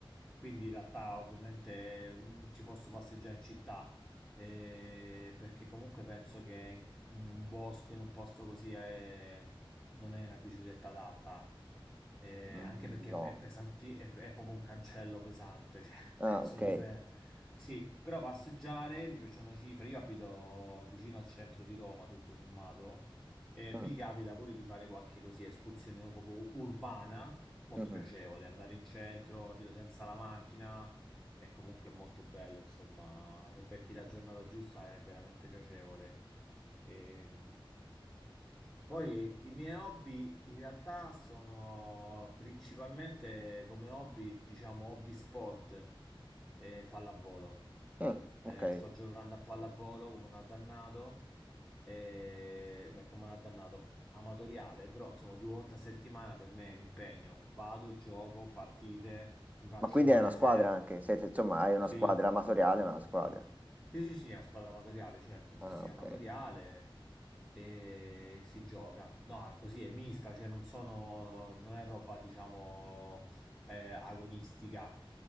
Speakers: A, in the centre; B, on the right.
A: quindi in realtà ovviamente mm, ci posso passeggiare in città, eh, perché comunque penso che in un bosco, in un posto così, eh, non è una bicicletta adatta. Eh,
B: Mm,
A: anche perché
B: No,
A: è pesanti, è, è proprio un cancello pesante, cioè <laughs> un
B: Ah,
A: pezzo
B: ok.
A: di ferro. Sì, però passeggiare mi piace una cifra. Io abito vicino al centro di Roma, tutto sommato, e
B: Mm,
A: mi capita pure di fare qualche così escursione proprio urbana, molto
B: mhm.
A: piacevole, andare in centro, capito, senza la macchina. È comunque molto bello, insomma, se becchi la giornata giusta è veramente piacevole. Ehm, poi i miei hobby in realtà sono principalmente come hobby, diciamo, hobby sport e pallavolo.
B: Ah,
A: Eh,
B: ok.
A: sto giocando a pallavolo come un addannato, eh, beh, come un addannato amatoriale, però insomma due volte a settimana per me è un impegno. Vado, gioco, partite, mi faccio
B: Ma quindi
A: male
B: hai una squadra
A: sempre.
B: anche? Siete, insomma, hai una
A: Sì,
B: squadra amatoriale, ma una squadra.
A: sì, sì, sì, è una squadra amatoriale, certo, sì,
B: Ah,
A: sì,
B: ok.
A: amatoriale. e si gioca. No, è così è mista, cioè non sono, non è roba, diciamo, eh, agonistica,